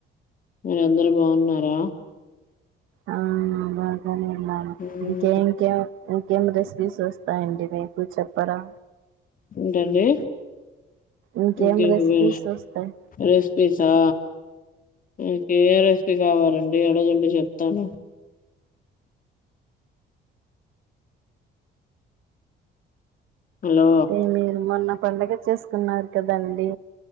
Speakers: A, on the left; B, on the right.
A: మీరందరు బావున్నారా
B: ఆ బాగానేవున్నం
A: మ్మ్
B: ఇంకేం ఇంకేం ఇంకేం రెసిపీస్ వస్తాయండి మీకు చెప్పరా
A: ఏంటండి
B: ఇంకేం
A: ఇంకే
B: రెసిపీస్
A: మి
B: వస్తాయి
A: రెసిపీసా మీకే ఏ రెసిపీ కావాలండి అడగండి చెప్తాను హలో
B: అంటే మీరు మొన్న పండగ చేస్ కున్నారు కదండి